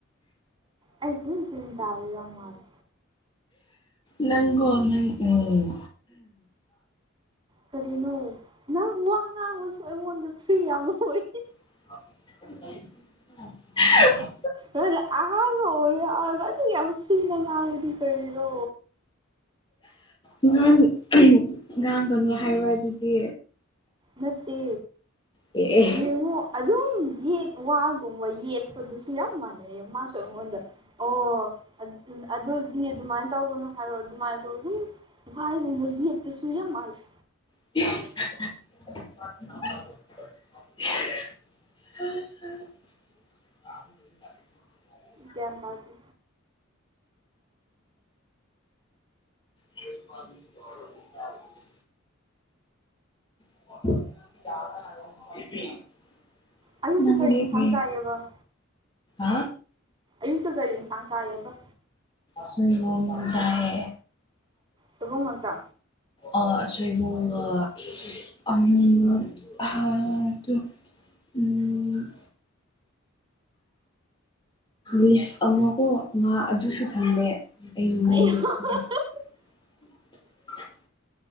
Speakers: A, on the right; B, on the left.
A: ꯑꯩ ꯆꯤꯟ ꯆꯨꯔꯤ ꯇꯥꯕ ꯌꯥꯝ ꯃꯥꯜꯂꯦ꯫
B: ꯅꯪꯀꯣ ꯅꯪ ꯎꯝ꯫
A: ꯀꯔꯤꯅꯣ ꯅꯪ ꯋꯥ ꯉꯥꯡꯕꯁꯨ ꯑꯩꯉꯣꯟꯗ ꯐ꯭ꯔꯤ ꯌꯥꯝ ꯑꯣꯏ꯫
B: <unintelligible>
A: ꯀꯥꯗꯩ ꯑꯍꯥꯟꯒ ꯑꯣꯢꯔꯦ ꯑꯗꯨꯒ ꯌꯥꯝ ꯐꯤꯗ ꯉꯥꯡꯕꯗꯤ ꯀꯔꯤꯔꯣ꯫
B: ꯉꯥꯡ ꯉꯥꯡꯒꯅꯨ ꯍꯥꯏꯕ꯭ꯔ ꯑꯗꯨꯗꯤ꯫
A: ꯅꯠꯇꯦ
B: ꯑꯦ
A: ꯌꯦꯡꯉꯣ ꯑꯗꯨꯝ ꯌꯦꯠ ꯋꯥꯒꯨꯝꯕ ꯌꯦꯠ꯫ ꯄꯨꯗꯨꯁꯤ ꯌꯥꯝ ꯃꯥꯟꯅꯩꯌꯦ ꯃꯥ ꯁꯨ ꯑꯩꯉꯣꯟꯗ꯫ ꯑꯣ ꯑꯗꯨ ꯑꯗꯨꯗꯤ ꯑꯗꯨꯃꯥꯏꯅ ꯇꯧꯒꯅꯨ ꯍꯥꯏꯔꯛꯑꯣ ꯑꯗꯨꯃꯥꯏꯅ ꯑꯗꯨꯝ꯫ ꯋꯥꯏꯒꯨꯝꯕ ꯌꯦꯠꯄꯁꯨ ꯌꯥꯝ ꯃꯥꯥꯟꯂꯦ꯫
B: <unintelligible> <unintelligible>
A: ꯒ꯭ꯌꯥꯟ ꯇꯥꯗ꯭ꯔꯤ꯫
B: <unintelligible> <inaudible>
A: ꯑꯌꯨꯛꯇ
B: ꯅꯪꯗꯤ
A: ꯀꯔꯤ ꯏꯟꯁꯥꯡ
B: ꯀꯩ
A: ꯆꯥꯏꯌꯦꯕ
B: ꯑ꯫
A: ꯏꯟꯇ ꯀꯔꯤ ꯁꯥꯡ ꯁꯥꯍꯦꯕ꯫
B: ꯁꯨꯏꯕꯨꯝ ꯃ ꯆꯥꯌꯦ꯫
A: ꯁꯣꯢꯕꯨꯝ ꯉꯥꯛꯇ꯫
B: ꯑ ꯁꯣꯏꯕꯨꯝꯒ ꯑꯅꯤ ꯑ ꯑꯗꯨꯝ꯫ ꯎꯝ꯫ ꯂꯤꯐ ꯑꯃꯀꯣ ꯉꯥ ꯑꯗꯨꯁꯨ ꯊꯝꯃꯦ꯫ ꯑꯩ꯫ ꯃꯃꯤꯡꯗꯣ
A: <unintelligible>
B: ꯈꯪ <unintelligible>